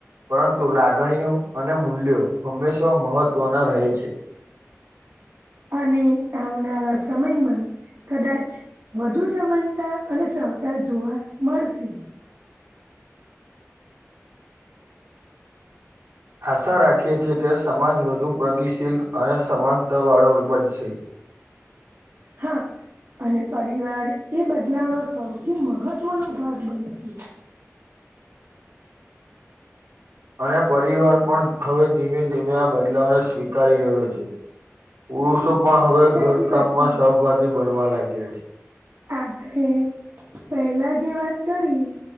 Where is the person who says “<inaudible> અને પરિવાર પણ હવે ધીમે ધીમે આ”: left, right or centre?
Right